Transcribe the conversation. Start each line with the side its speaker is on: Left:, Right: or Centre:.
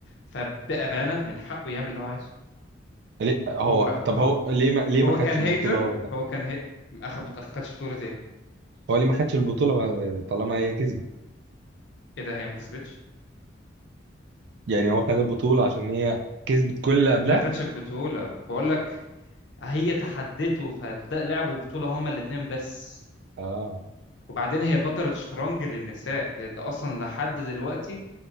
Left: فبامانه من حقه يعمل اللي هو عايزه
Right: ليه هو
Left: هو
Right: طب
Left: هو
Right: هو ليه ما ليه ما
Left: هو
Right: خدش
Left: كان هيتر
Right: البطولة هو طب
Left: هو كان هي... اخد ما خدش بطوله ايه؟
Right: هو ليه ما خدش البطولة ما- طالما هي كسبت
Left: ايه ده هي ما كسبتش؟
Right: يعني هو خد البطولة عشان هي كسبت كل اللي
Left: يا
Right: قبلها
Left: ابني ما خدش بطوله بقول لك هي تحدته فده لعبوا بطوله هما الاثنين بس
Right: اه
Left: وبعدين هي بطلة شطرنج للنساء لأن ده أصلا لحد دلوقتي